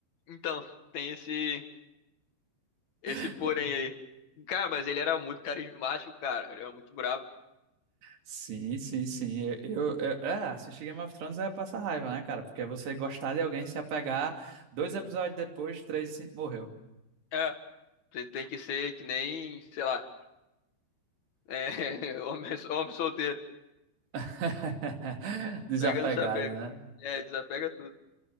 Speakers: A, on the left; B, on the right.
A: Então, tem esse esse
B: <laughs>
A: porém aí. Cara, mas ele era muito carismático, cara. Ele era muito brabo.
B: Sim, sim, sim. Eu, eu- eu- é, assistir Game of Thrones é passar raiva, né, cara? Porque você gostar de alguém se apegar, dois episódios depois, três, assim, morreu.
A: É, você tem que ser que nem, sei lá, é, <laughs> homem, homem solteiro.
B: <laughs> Desapegado,
A: Pega, não se apega.
B: né?
A: É, Aham. desapega tudo.